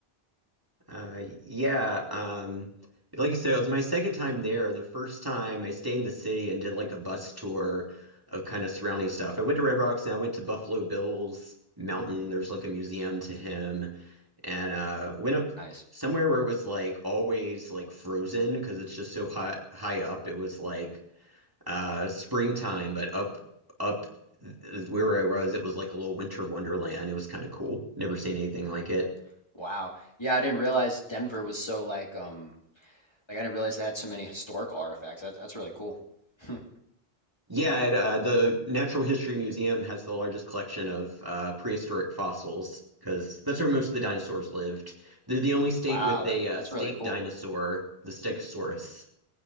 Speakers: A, on the right; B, on the left.
A: Uh, yeah, um, like I said, it was my second time there. The first time I stayed in the city and did like a bus tour of kind of surrounding stuff. I went to Red Rocks and I went to Buffalo Bill's Mountain.
B: Mhm.
A: There's like a museum to him, and uh, went up
B: Nice.
A: somewhere where it was like always like frozen because it's just so high high up. It was like uh, springtime, but up up where I was, it was like a little winter wonderland. It was kind of cool. Never seen anything
B: Mhm.
A: like it.
B: Wow. Yeah, I didn't realize Denver was so like um Like I didn't realize they had so many historical artifacts. That, that's really cool. <laughs>
A: Yeah, it, uh, the Natural History Museum has the largest collection of uh, prehistoric fossils because that's where most of the dinosaurs lived. They're the only state
B: Wow,
A: with
B: that,
A: a uh,
B: that's
A: state
B: really cool.
A: dinosaur, the Stegosaurus.